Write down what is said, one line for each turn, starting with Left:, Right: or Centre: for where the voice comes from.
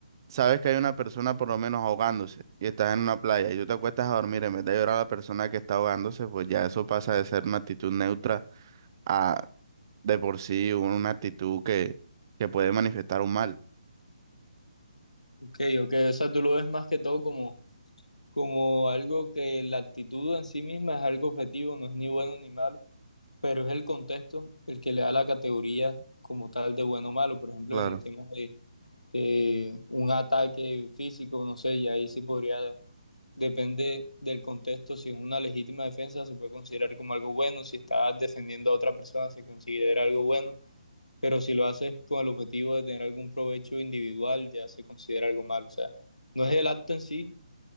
Right: sabes que hay una persona por lo menos ahogándose y estás en una playa y tú te acuestas a dormir en vez de llorar a la persona que está ahogándose, pues ya eso pasa de ser una actitud neutra a de por sí una actitud que, que puede manifestar un mal.
Left: Ok, ok, o sea, tú lo ves más que todo como como algo que la actitud en sí misma es algo objetivo, no es ni bueno ni malo, pero es el contexto el que le da la categoría como tal de bueno o malo. Por ejemplo,
Right: Claro.
Left: en el tema de, de un ataque físico, no sé, ya ahí sí podría, depende del contexto, si es una legítima defensa se puede considerar como algo bueno, si estás defendiendo a otra persona se considera algo bueno. Pero si lo haces con el objetivo de tener algún provecho individual, ya se considera algo malo. O sea, no es el acto en sí,